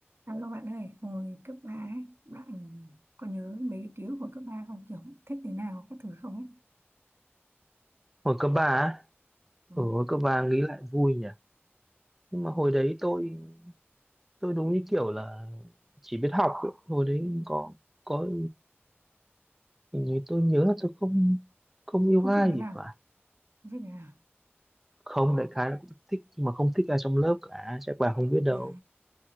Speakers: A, on the right; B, in the centre.
A: Cảm ơn bạn ơi, hồi cấp 3 ấy, bạn có nhớ mấy cái ký ức hồi cấp 3 không? Kiểu thích đứa nào, các thứ không ấy?
B: Hồi cấp ba, á,
A: Ừ.
B: ở hồi cấp 3 nghĩ lại vui nhỉ. Nhưng mà hồi đấy tôi tôi đúng như kiểu là chỉ biết học ấy. Hồi đấy có có hình như tôi nhớ là tôi không không yêu
A: Không
B: ai
A: thích đứa nào,
B: gì phải.
A: không thích đứa nào.
B: Không đại khái là cũng thích nhưng mà không thích ai trong lớp cả, chắc bà không biết đâu.
A: À,